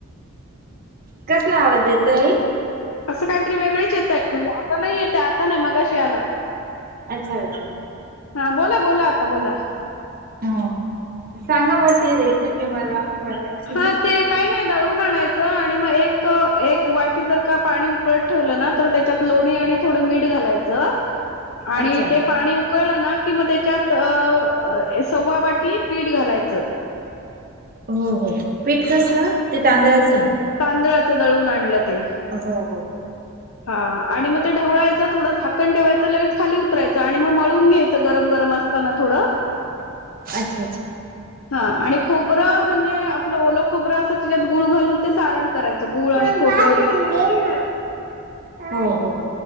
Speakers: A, on the right; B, on the left.
A: कसला आवाज येतोय?
B: अस काहीतरी वेगळच येतय. म्हणजे आता नाही येतय. आता नाही मगाशी आला.
A: अच्छा अच्छा
B: हा बोला बोला आता बोला.
A: ह सांगा मग ती रेसिपी मला <unintelligible>
B: हा ते काही नाही दळून आणायच, आणि मग एक वाटी जर का पाणी उकळत ठेवल ना तर त्याच्यात लोणी आणि थोड मीठ घालायच आणि
A: अच्छा
B: ते पाणी उक उकळल ना कि मग त्याच्यात अ सव्वा वाटी पीठ घालायच.
A: हो हो पीठ कसल ते तांदळाच?
B: तांदळाच दळून आणल ते.
A: हो हो
B: हा आणि मग ते ढवळायच थोड झाकण ठेवायच लगेच खाली उतरायच आणि मग मळून घ्यायच गरम गरम असत. असताना थोड.
A: अच्छा अच्छा
B: हा आणि खोबर म्हणजे आपल ओल खोबर असत तिच्यात गुळ घालून ते सारण करायच गुळ
A: फुलबाजून
B: आणि खोबर, वेलची.
A: दे
B: वगैरे
A: ना. हो हो